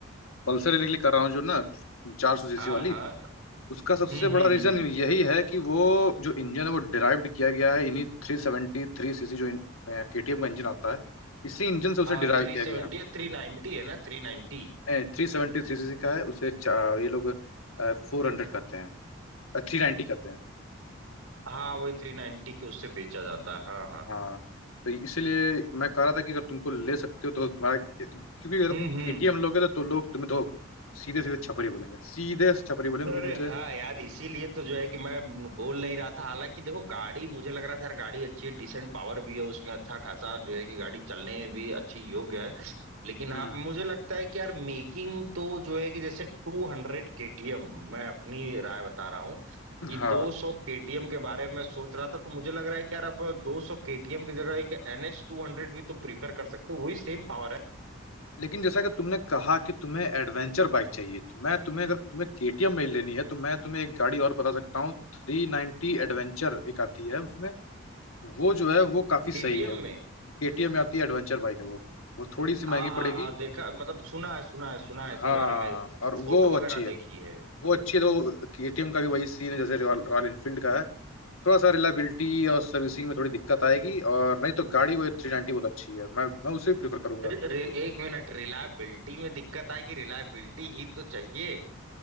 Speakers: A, on the left; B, on the right.
A: पल्सर लेने के लिए कर रहा हूँ जो ना चार सौ सीसी
B: हाँ
A: वाली
B: हाँ
A: उसका सबसे
B: हम्म
A: बड़ा
B: हम्म
A: रीजन
B: हम्म
A: यही है कि वो जो इंजन है वो डिराइव्ड किया गया है इन्हीं थ्री सेवेंटी थ्री सीसी जो केटीएम का इंजन आता है इसी इंजन से
B: हाँ
A: उसे डिराइव
B: थ्री
A: किया
B: सेवेंटी
A: गया है।
B: है थ्री नाइन्टी है ना थ्री नाइन्टी
A: नहीं थ्री सेवेंटी थ्री सीसी का है उसे चा- ये लोग फोर हंड्रेड कहते हैं थ्री नाइन्टी कहते हैं
B: हाँ वही थ्री नाइन्टी के उससे बेचा जाता है हाँ हाँ
A: हाँ
B: हाँ
A: तो इसीलिए मैं कह रहा था कि अगर तुमको ले सकते हो तो तुम्हारा क्योंकि अगर
B: हम्म
A: तुम
B: हम्म
A: केटीएम लोगे तो, तो लोग तुम्हें तो सीधे सीधे छपरी बोलेंगे सीधे छपरी बोलेंगे
B: अरे
A: क्योंकि मुझे
B: हाँ यार इसीलिए तो जो है कि मैं बोल नहीं रहा था हालांकि देखो गाड़ी मुझे लग रहा था यार गाड़ी अच्छी है डिसेंट पावर भी है उसमें अच्छा खासा जो है कि गाड़ी चलने में भी अच्छी योग्य है लेकिन हाँ
A: हम्म
B: मुझे लगता है कि यार मेकिंग तो जो है कि जैसे टू हंड्रेड केटीएम मैं अपनी राय बता रहा हूँ कि
A: हाँ
B: दो सौ केटीएम के बारे में सोच रहा था तो मुझे लग रहा है कि यार अब दो सौ केटीएम की जगह एक एनएस टू हंड्रेड भी तो प्रीफर कर सकते हो वही सेम पावर है
A: लेकिन जैसा कि तुमने कहा कि तुम्हें एडवेंचर बाइक चाहिए तो मैं तुम्हें अगर तुम्हें केटीएम में ही लेनी है तो मैं तुम्हें एक गाड़ी और बता सकता हूँ थ्री नाइनटी एडवेंचर एक आती है उसमें वो जो है वो काफी
B: केटीएम
A: सही है
B: में
A: केटीएम में आती है एडवेंचर बाइक है वो वो थोड़ी सी
B: हाँ
A: महंगी
B: हाँ
A: पड़ेगी
B: हाँ देखा मतलब सुना है सुना है सुना
A: हाँ
B: है इसके बारे में
A: और
B: फोटो
A: वो
B: वगैरह
A: अच्छी है
B: देखी है
A: वो अच्छी है तो केटीएम का भी वही सीन है जैसे रॉयल रॉयल इनफील्ड का है थोड़ा सा रिलायबिलिटी और सर्विसिंग में थोड़ी दिक्कत आएगी और नहीं तो गाड़ी वो थ्री नाइनटी बहुत अच्छी है मैं मैं उसे भी प्रीफर करूंगा
B: रि, रि, एक मिनट रिलायबिलिटी में दिक्कत आए कि रिलायबिलिटी ही तो चाहिए